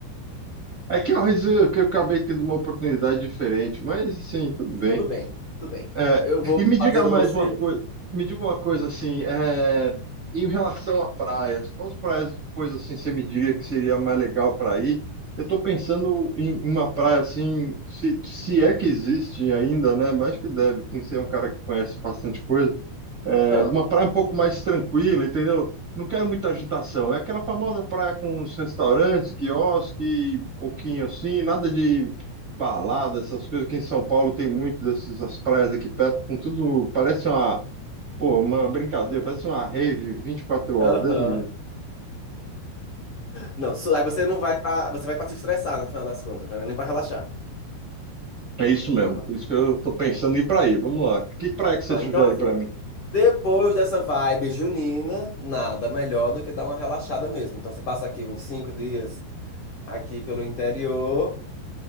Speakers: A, on the right (about 60°); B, on the left (about 85°).
A: é que eu, resolvi- que eu acabei tendo uma oportunidade diferente, mas assim, tudo bem.
B: Tudo bem, tudo bem.
A: É,
B: Eu vou
A: e me diga
B: fazer
A: mais
B: o possível.
A: uma coisa, me diga uma coisa assim, é, em relação a praias, quais praias depois assim você me diria que seria mais legal para ir? Eu estou pensando em uma praia assim, se, se é que existe ainda, né? Mas acho que deve, sim, ser um cara que conhece bastante coisa. É,
B: Hã,
A: uma praia um pouco mais tranquila, entendeu? Não quero muita agitação. É aquela famosa praia com os restaurantes, quiosque, pouquinho assim, nada de balada, essas coisas que em São Paulo tem muito dessas as praias aqui perto, com tudo, parece uma, pô, uma brincadeira, parece uma rave 24 horas,
B: Aham.
A: Deus me livre.
B: Não, su- aí você não vai pra, você vai pra se estressar no final das contas, né? Nem pra relaxar.
A: É isso mesmo,
B: Não, pra-
A: por isso que eu tô pensando em ir pra aí. Vamos lá. Que praia que você
B: Ó,
A: sugere
B: Então, assim,
A: pra
B: ó.
A: mim?
B: Depois dessa vibe junina, nada melhor do que dar uma relaxada mesmo. Então, você passa aqui uns cinco dias aqui pelo interior,